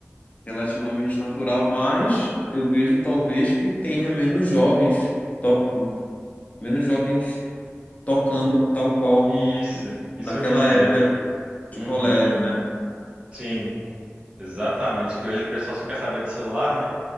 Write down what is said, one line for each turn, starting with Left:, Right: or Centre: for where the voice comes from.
Left: relativamente natural, mas eu vejo talvez que tenha menos jovens, to- menos jovens tocando tal qual
Right: Isso, isso
Left: naquela
Right: que eu quis
Left: época
Right: dizer.
Left: de
Right: Uhum.
Left: colégio, né?
Right: Sim, exatamente. Que hoje o pessoal só quer saber de celular, né?